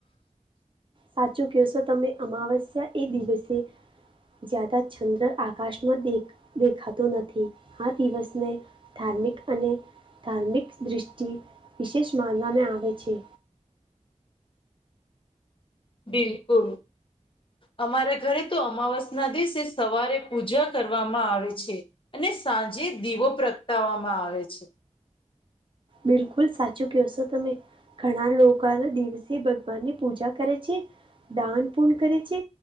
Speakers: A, on the right; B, on the left.
A: સાચું કેવશો તમે અમાવસ્યા એ દિવસે જ્યાદા છંદ્ર આકાશમાં તે‌ દેખાતુ નથી આ દિવસને ધાર્મિક અને કાર્મિક દ્રિષ્ટિ વિશેષ માનઆમાં આવે છે.
B: બિલકુલ. અમારા ઘરે તો અમાવસ ના દિસે સવારે પૂજા કરવામાં આવે છે. અને સાંજે જ દીવો પ્રગટાવવામાં આવે છે.
A: બિલકુલ સાચું કહેશો તમે, ઘણા લોકો સવારે ભગવાન ની પૂજા કરે છે. દાન પૂર્ણય કરે છે